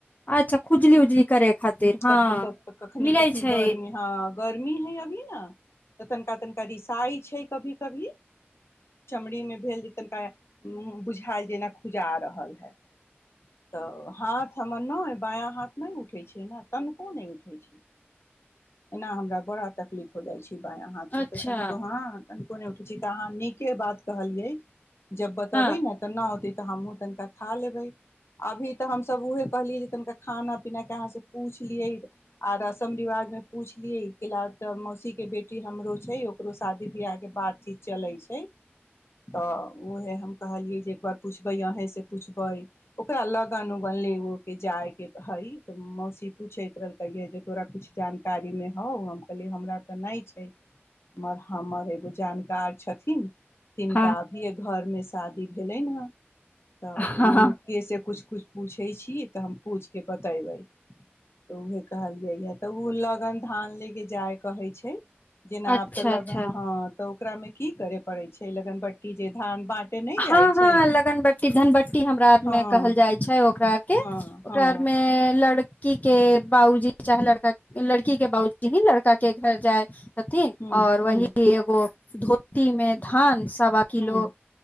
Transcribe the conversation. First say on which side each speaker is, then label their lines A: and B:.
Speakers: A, on the left; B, on the left.
A: अच्छा खुजली उजली करे खातिर हँ
B: कखनी
A: मिलै
B: कखनी
A: छै
B: गर्मी हँ गर्मी है अभी न तऽ तनका तनिका रिसाइ छै कभी कभी चमड़ी मे भेल जेतनिका हुँ बुझायल जेना जा रहल है तऽ हाथ हमर नहि बायाँ हाथ नहि उठैत छै ने तनिको नहि उठैत छै एना हमरा बड़ा तकलीफ हो जाइत छै कि बांया हा से
A: अच्छा
B: तऽ तननको हँ कोन उचित अहाँ नीके बात कहलियै जब बतबै
A: हँ
B: ने तऽ न होते तऽ हमहु तनिका खा लेबे अभी तऽ हमस उहे कहलियै जे तनिका खाना पीना के अहाँ से पूछलियै आ रसम रिवाज में पूछलियै क ल त मौसी के बेटी हमरो छै ओकरो शादी बियाह बातचीत चलै छै त उहे हम कहलिए जे एक बार अन्हि सँ पूछबै ओकरा लग्न उगन लय एगो जायके हइ त मौसी पूछत रहै तोरा जानकारी मे कुछ होउ हम कहलिए हमरा त मे नै छै मगर हमर एगो जानकार छथिन तीनका
A: हँ
B: अभी य घरमे शादी भेलै हन तऽ
A: हँ
B: उनके से कुछ कुछ पूछै छी तऽ हम पूछि क बतेबै तऽ उह कहलियै ह तऽ ओ लगन धान ले क जाय कहै छै जेना
A: अच्छा
B: आब तऽ लग
A: अच्छा
B: हँ त ओकरा मे की करे पड़ै छै लगनबट्टी जे धान बाँटे नहि
A: हँ
B: जाइ
A: हँ
B: छै
A: लगनबट्टी धनबट्टी हमरा आर
B: हँ
A: मे कहल जाइ छै ओकरा आर के
B: हँ
A: ओकरा
B: हँ
A: आरमे लड़ लड़की के बाबूजी चाहे लड़का लड़की के बाबुजी ही लड़का के घर जाय छथिन
B: हूँ
A: और
B: हूँ
A: वही एगो धोती मे धान सावा किलो
B: हूँ